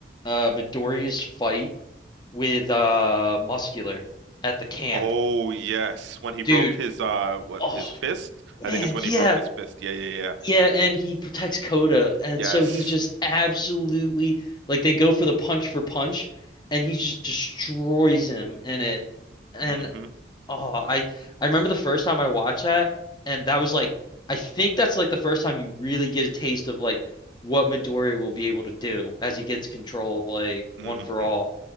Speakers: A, on the left (about 25°); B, on the right (about 80°).
A: uh Midoriya's fight with uh Muscular at the camp.
B: Oh yes, when he broke
A: Dude,
B: his uh what
A: oh
B: his fist?
A: man,
B: I think it's when
A: yeah.
B: he broke his fist. Yeah, yeah, yeah.
A: Yeah, and he protects Coda, and
B: Yes.
A: so he's just absolutely like they go for the punch for punch, and he just destroys him in it. And
B: hmm
A: oh, I I remember the first time I watched that, and that was like I think that's like the first time you really get a taste of like what Midoriya will be able to do as he gets control of like
B: hmm
A: One For All.